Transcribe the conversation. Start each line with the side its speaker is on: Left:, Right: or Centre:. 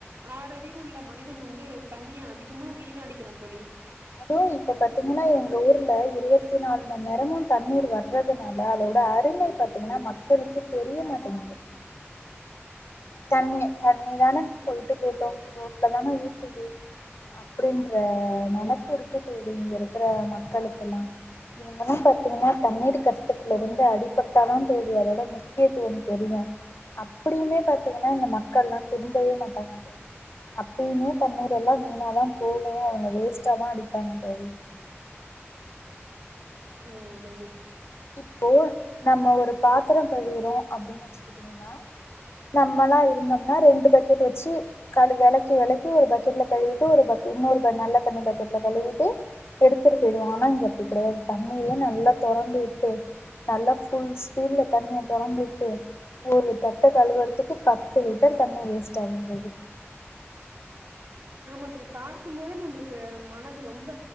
Right: ஆற அறிவு உள்ள மனிதன் வந்து தண்ணிய அதிகமா வீணடிக்கிறா தோழி
Left: அதுவு இப்ப பாத்தீங்கன்னா எங்க ஊர்ல இருபத்தி நாலு மணி நேரமு தண்ணீர் வர்றதுனால அதோட அருமை பாத்தீங்கன்னா மக்களுக்கு தெரிய மாட்டேங்து தண்ணி தண்ணிதான போயிட்டு போகுட்டு ரோட்லதான ஊத்துது அப்டின்ற நெனப்பு இருக்கு தோழி இங்க இருக்குற மக்களுக்கெல்லா இவங்கல்லா பாத்தீங்கன்னா தண்ணீ கஷ்டத்திலிருந்து
Right: ஆ
Left: அடிப்பட் ப்பதா தோழி அதோட முக்கியத்துவம் தெரியும் அப்படியுமே பாத் பாத்தீங்கன்னா இந்த மக்கள்லா திருந்தவே மாட்டாங்க தோழி அப்பயுமே தண்ணீர் எல்லா வீணாதா போகு அவங்க வேஸ்டாதா அடிப்பாங்க தோழி
Right: ஆமாந் தோழி
Left: இப்போ நம்ம ஒரு பாத்ரோ கழுவுறோ அப்டின்னு வச்சுக்கிட்டீங்கன்னா நம்மளா இருந்தோம்னா ரெண்டு பக்கெட் வச்சு கழு வெளக்கி வெளக்கி ஒரு பக்கெட்ல கழுவிட்டு ஒரு பக்கெ இன்னொரு ப நல்ல தண்ணி பக்கெட்ல கழுவிட்டு எடுத்துட்டு போயிடுவோ ஆனா இங்க அப்டி கெடையாது தண்ணிய நல்லா தொறந்து விட் ட்டு நல்ல ஃபுல் ஸ்பீட்ல தண்ணிய தொறந்துவிட்டு ஒரு தட்ட கழுவுறதுக்கு பத்து லிட்டர் தண்ணி வேஸ்ட் ஆகு தோழி
Right: ஆமா தோழி பார்க்கும் போதே நம்மளுக்கு மனது ரொம்ப